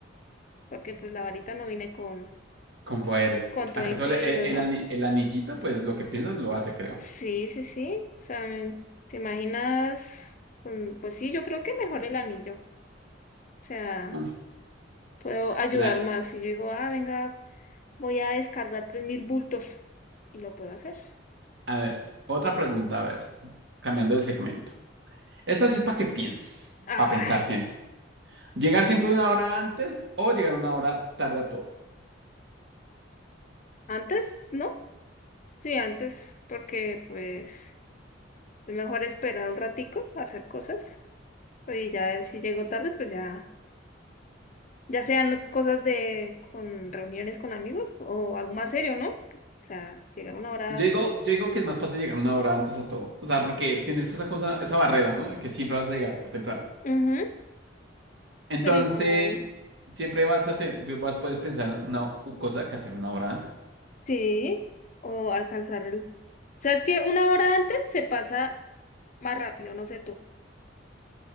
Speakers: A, on the left (about 45°); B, on the right (about 65°).
A: Porque pues la varita no viene con,
B: Con poderes.
A: con todo
B: ¿Acaso
A: incluido,
B: el, el, el
A: ¿no?
B: ani- el anillito, pues lo que piensas lo hace, creo.
A: Sí, sí, sí. O sea, ¿te imaginas? Mm, Pues, sí, yo creo que mejor el anillo. O sea,
B: Mm,
A: puedo ayudar
B: Mira,
A: más. Si yo digo, ah, venga. Voy a descargar 3.000 bultos y lo puedo hacer.
B: A ver, otra pregunta, a ver, cambiando de segmento. Esta sí es para que pienses,
A: Ah,
B: para pensar, gente. ¿Llegar siempre una hora antes o llegar una hora tarde a todo?
A: antes, ¿no? Sí, antes, porque pues es mejor esperar un ratico a hacer cosas. Y ya si llego tarde, pues ya, ya sean cosas de con reuniones con amigos o algo más serio, ¿no? O sea, llegar una hora.
B: Yo digo, yo digo que es más fácil llegar una hora antes a todo. O sea, porque tienes esa cosa, esa barrera, ¿no? De que siempre vas a llegar temprano.
A: Ujú,
B: Entonces,
A: pero igual.
B: siempre vas a te- vas, puedes pensar una u- cosa que hacer una hora antes.
A: Sí, o alcanzar el... O sea, es que una hora antes se pasa más rápido, no sé tú.